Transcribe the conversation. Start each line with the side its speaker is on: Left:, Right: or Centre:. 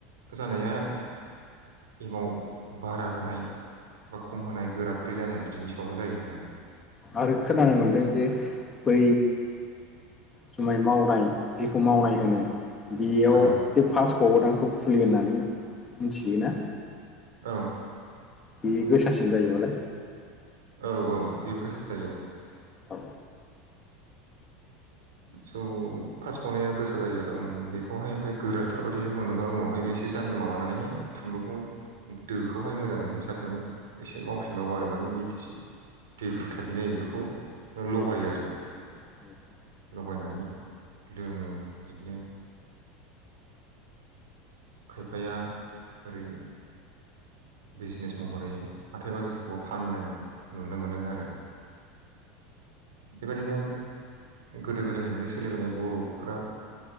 Right: जानाया एमाव बारा होनाय बा खम होनाय गोरा गुरै जानाया बिदिनि सावबो जायो होनो आरो
Left: आरो खोनानो मोनदों जे बै जुमाय मावनाय जेखौ मावनाय होनो बेयाव
Right: आरो
Left: बे फास ग'गदानखौ फुलि होननानै मिथियोना
Right: औ
Left: बे गोसासिन जायोबालाय
Right: औ औ बेबो गोसासिन जायो औ
Left: औ
Right: स' फास्ट गनाया गोसा जायो आरो बेखौहाय ओमफ्राय गोराथार बाददि मोनोबा उनावहाय बेसे <unintelligible> माबानानैहाय थुम्बुखौ दोखौहाय मोजाङै होसाबनानै एसे मावफिनबावो आरो माने बे देब्रु टाइपनि जायो बेखौ लगायो आरो
Left: <inaudible>
Right: लगायनानै लोङो बिदिनो खायफाया ओरै बिजनेस महरै हाथाइ बाजारफ्रावबो फाननाय नुनो मोनो आरो बेबायदिनो गोदो गोदायनिफ्रायनो सोलिबोनाय बर'फोरा